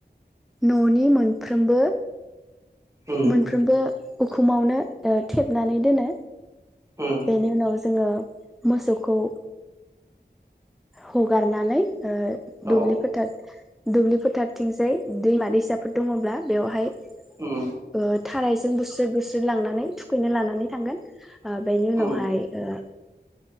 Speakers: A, in the centre; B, on the right.
A: न'नि मोनफ्रोमबो
B: उम
A: मोनफ्रोमबो उखुमावनो ओ थेबनानै दोनो।
B: उम
A: बेनि उनाव जोङो मोसौखौ हगारनानै ओ दुब्लि
B: औ
A: फोथार दुब्लि फोथारथिंजाय दैमा दैसाफोर दङब्ला बेवहाय ओ
B: उम
A: थारायजों बुस्रोद बुस्रोद लांनानै थुखैनो लानानै थांगोन। आ बेनि उनावहाय
B: उम
A: ओ